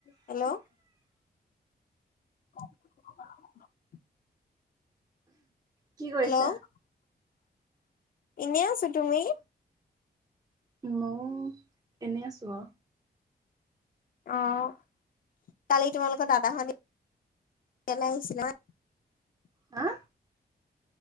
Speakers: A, on the left (about 55°); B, on the right (about 20°).
A: Hello <unintelligible>
B: কি কৰিছা?
A: Hello এনেই আছো তুমি
B: মই এনেই আছো
A: আহ কালি তোমালোকৰ দাদা শ <unintelligible>
B: হা